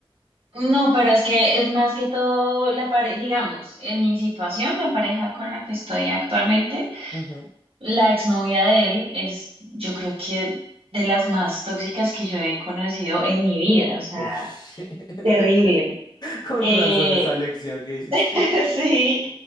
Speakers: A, on the right (about 75°); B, on the left (about 45°).
A: No, pero es que es más que todo la pareja, digamos, en mi situación, la pareja con la que estoy actualmente,
B: Ujú.
A: la exnovia de él es, yo creo que de las más tóxicas que yo he conocido en mi vida, o sea,
B: Uy, <laughs>
A: terrible.
B: con
A: Eh,
B: razón esa lección que hiciste.
A: <laughs> Sí,